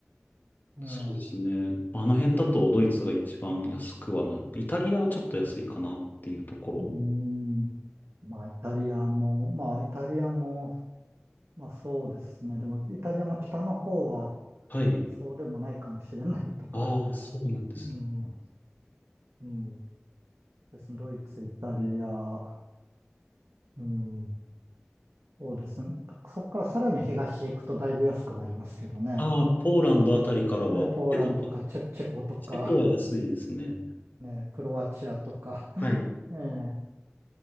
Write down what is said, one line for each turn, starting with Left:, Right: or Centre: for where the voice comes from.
Right: ええ
Left: そうですね。あの辺だとドイツが一番安くはなる。イタリアはちょっと安いかなっていうところ。
Right: うん。まあ、イタリアも、まあ、イタリアも、まあ、そうですね。でも、イタリアも北の方は、
Left: はい。
Right: そうでもないかもしれないとか。
Left: ああ、そうなんです。
Right: うん。うん。ですね。ドイツ、イタリア、うん。そうですね。そこからさらに東行くとだいぶ安くなりますけどね。
Left: ああ、ポーランドあたりからは、
Right: ええ。ええポーランドとかチェ、
Left: チェコか。
Right: チェコとか、
Left: チェコは安いですね。
Right: ね、クロアチアとか。
Left: はい。
Right: ええ。